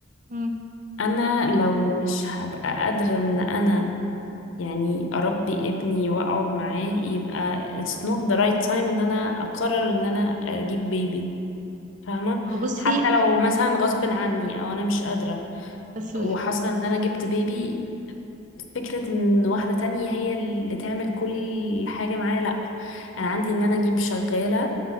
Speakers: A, on the right; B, on the left.
A: مم.
B: أنا لو مش هبقى قادرة إن أنا يعني أربي ابني وأقعد معاه يبقى it's not the right time إن أنا أقرر إن أنا أجيب بيبي فاهمة
A: ما هو بصي
B: حتى لو مثلا غصب عني أو أنا مش قادرة
A: بس
B: وحصل إن أنا جبت بيبي فكرة إن واحدة تانية هي اللي تعمل كل حاجة معايا لأ أنا عندي إن أنا أجيب شغالة